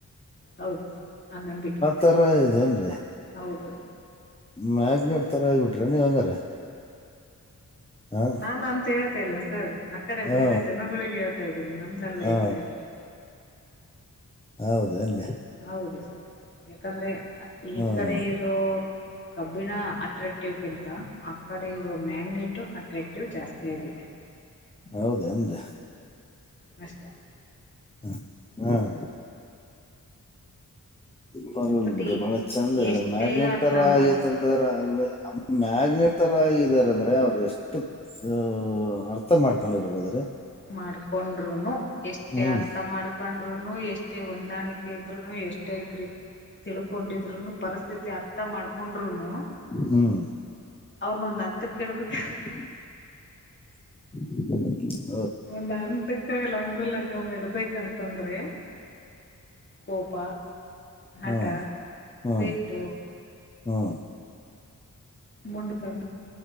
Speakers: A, on the left; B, on the left.
A: ಹೌದು ಸರ್ ಆ ನಂಬಿಕೆ ಇದೆ
B: ತರ ಇದೇನ್ರಿ
A: ಹೌದು.
B: ಮ್ಯಾಗ್ನೆಟ್ ತರ ಆಗ್ಬಿಟ್ರಿ ನೀವ ಹಂಗಾರ. ಹಾ
A: ನಾನು ಅಂತ ಹೇಳ್ತಾ ಇಲ್ಲ ಸರ್. ಈ ಕಡೆ
B: ಹಾ
A: ಬೇರೆ ಜನಗಳಿಗೆ ಹೇಳ್ತಾ ಇದಿನಿ ನಮ್ದಲ್ಲ
B: ಹಾ
A: ಹೇಳ್ತಾ ಇದ್ದಾರೆ.
B: ಹೌದ ಎಂದೆ.
A: ಹೌದು ಸರ್ ಯಕಂದ್ರೆ ಈ
B: ಹ್ಮ್
A: ಕಡೆ ಇರೋ. ಕಬ್ಬಿಣ ಅಟ್ರಾಕ್ಟಿವಕಿಂತ ಆ ಕಡೆ ಇರೋ ಮ್ಯಾಗ್ನೇಟ ಅಟ್ರಾಕ್ಟಿವ್ ಜಾಸ್ತಿಯಾಗಿದೆ.
B: ಹೌದ ಎಂದೆ.
A: ಅಷ್ಟ
B: ಹ್ಮ ಹ್ಮ ಪರ್ವಲ್
A: ಬಟ್
B: ಬಿಡ್ರಿ
A: ಈ
B: ಬಾಳ ಚಂದ ಹೇಳಿದ್ರ
A: ಎಷ್ಟೇ
B: ಮ್ಯಾಗ್ನೆಟ್
A: ಅರ್ಥ
B: ತರ
A: ಮಾಡ್ಕ
B: ಐತ ತರ ಅಲ್ಲೆ ಮ್ಯಾಗ್ನೆೇಟ್ ತರ ಆಗಿದರ ಅಂದ್ರೆ ಅವ್ರು ಎಷ್ಟು. ದ ಅರ್ಥ ಮಾಡ್ಕೊಂಡಿರ್ಬೋದ್ರಿ.
A: ಮಾಡ್ಕೊಂಡ್ರುನು ಎಷ್ಟೇ
B: ಹ್ಮ್
A: ಅರ್ಥ ಮಾಡಕ ಕಂಡ್ರುನು ಎಷ್ಟೇ ಹೊಂದಾಣಿಕೆ ಇದ್ರುನು ಎಷ್ಟೇ ಗ್ರಿಪ್. ತಿಳ್ಕೊಂಡಿದ್ರುನು ಪರಿಸ್ಥಿತಿ ಅರ್ಥ ಮಾಡ್ಕೊಂಡ್ರುನು.
B: ಹ್ಮ್
A: ಅವ್ರನೊಂದ್ ಹಂತಕ್ ಇಡ್ಬೇಕ್.
B: <inaudible>
A: ಒಂದ <unintelligible> <unintelligible> ಲಂಗೂಲಗಾಮ್ ಇರ್ಬೆಕಂತಂದ್ರೆ ಕೋಪ. ಹಠ
B: ಹಾ ಹಾ
A: ಸಿಟ್ಟು
B: ಹಾ.
A: ಮಂಡತನ.